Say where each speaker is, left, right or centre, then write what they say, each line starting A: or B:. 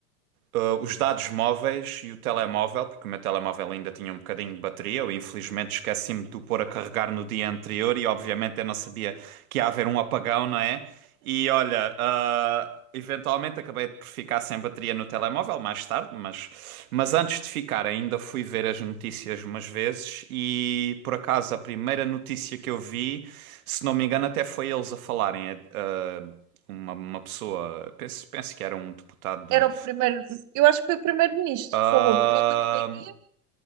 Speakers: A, on the right (about 65°); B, on the right (about 40°).
A: ah, os dados móveis e o telemóvel, porque o meu telemóvel ainda tinha um bocadinho de bateria. Eu infelizmente esqueci-me de o pôr a carregar no dia anterior e obviamente eu não sabia que ia haver um apagão, não é? E olha, ah, eventualmente acabei por ficar sem bateria no telemóvel mais tarde, mas, mas antes de ficar ainda fui ver as notícias umas vezes e por acaso a primeira notícia que eu vi, se não me engano, até foi eles a falarem. eh, ah, uma, uma pessoa, penso, penso que era um deputado
B: Era o primeiro. Eu acho que foi o primeiro-ministro
A: ah,
B: que falou por volta do meio-dia,